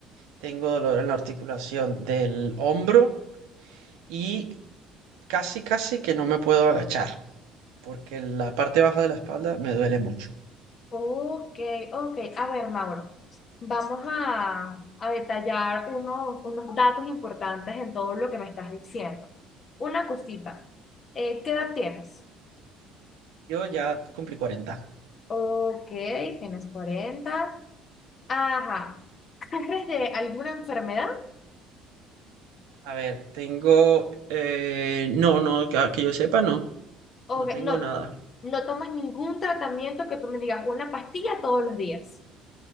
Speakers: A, on the right; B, on the left.
A: Tengo dolor en la articulación del hombro y casi, casi que no me puedo agachar porque la parte baja de la espalda me duele mucho.
B: Ok, ok. A ver, Mauro, vamos a, a detallar unos, unos datos importantes en todo lo que me estás diciendo. Una cosita, eh, ¿qué edad tienes?
A: Yo ya cumplí 40.
B: Ok, tienes 40. Ajá. ¿Sufres de alguna enfermedad?
A: A ver, tengo... eh, no, no, que, ah, que yo sepa, no.
B: Ok,
A: No tengo
B: No,
A: nada.
B: no tomas ningún tratamiento que tú me digas una pastilla todos los días.